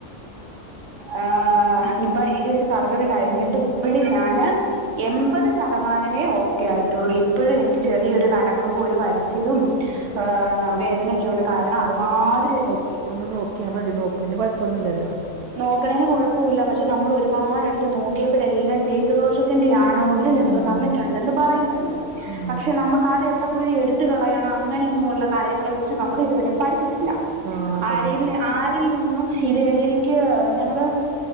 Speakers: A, on the right (about 60°); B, on the right (about 80°).
A: ആ് ഇപ്പൊ ഈ ഒരു സർജറി കഴിഞ്ഞിട്ട് ഇപ്പഴുംഞാന് എൺപത് ശതമാനമേ ഒക്കെ ആയിട്ടുള്ളൂ ഈ ഇപ്പഴും എനിക്ക്
B: ആഹ്
A: ചെറിയൊരു നടക്കുമ്പോ ഒരു വലിച്ചിലും ആ വേദനയൊക്കെണ്ട് കാരണം അത് മാതിരി
B: ക്കി ഒന്ന് നോക്കിയാ മതി നോക്ണന് കുഴപ്പൊന്നുല്ല്യല്ലോ
A: നോക്കണേന് കൊഴപ്പൊല്ല പക്ഷെ നമ്മൾ ഒരുപാട് എടുത്ത് നോക്കിയപ്പോഴെല്ലാം ചെയ്തു ദോഷത്തിന്റെയാണോ ള്ളിലുണ്ട്
B: ആഹ്
A: തന്നിട്ടുണ്ടന്ന് പറയുന്നുണ്ട്
B: ഉം
A: പക്ഷെ നമുക്കത് എവിടെ പോയി എടു ട്ട് കളയണം അങ്ങനെയൊന്നും ഉള്ള കാര്യങ്ങളെ കുറിച്ച് നമ്മൾ ഇതുവരെ പഠിച്ചിട്ടില്ല
B: ആഹ് അതന്നെ
A: ആരല്യ ആരിൽ നിന്നും ഇത് ഏകണിക്യോ ഞങ്ങള്